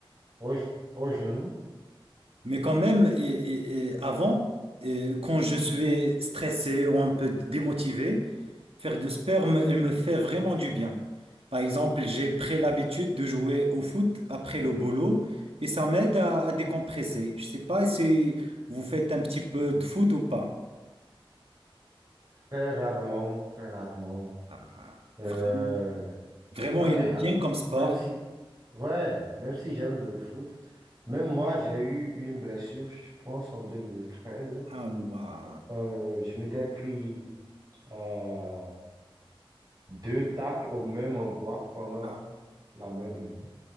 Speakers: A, on the right; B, on the right.
A: au, ge- au genou,
B: Mais quand même, et, et- et avant, et quand je suis stressé ou un peu démotivé, faire du sperme, il me fait vraiment du bien. Par exemple, j'ai pris l'habitude de jouer au foot après le boulot et ça m'aide à, à décompresser. Je sais pas si vous faites un petit peu de foot ou pas.
A: très rarement, très rarement.
B: Ah,
A: Euh,
B: vraiment, vraiment,
A: ah,
B: il
A: et,
B: est bien
A: ah,
B: comme sport.
A: même si, ouais, même si j'aime le foot, même moi, j'ai eu une blessure, je pense, en 2013.
B: Ah, ouah.
A: Euh, je m'étais pris euh, deux tacles au même endroit pendant
B: Ah,
A: la même